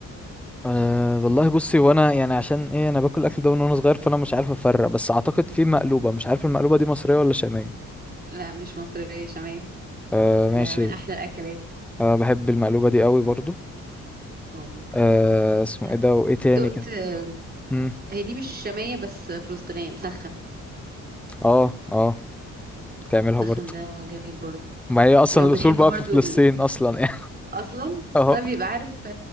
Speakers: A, in the centre; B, on the right.
A: أه والله بصي وانا يعني عشان ايه انا باكل الاكل ده من وانا صغير فانا مش عارف افرق بس اعتقد في مقلوبه مش عارف المقلوبه دي مصريه ولا شاميه
B: لا مش مصريه شاميه
A: أه
B: ده
A: ماشي
B: من احلى الاكلات
A: أه بحب المقلوبه دي قوي برضو
B: اه ممكن
A: أه اسمه
B: نعم.
A: ايه ده وايه تاني
B: دقت
A: كده
B: آه،
A: امم
B: هي دي مش شاميه بس فلسطينيه مسخن
A: اه اه بتعملها
B: مسخن
A: برضو
B: ده جميل برضه
A: ما هي اصلا
B: لو
A: الاصول
B: بتحب
A: بقى
B: برضو
A: في فلسطين
B: ال...
A: اصلا <laughs> يعني
B: اصلا
A: اه
B: طب يبقى عارف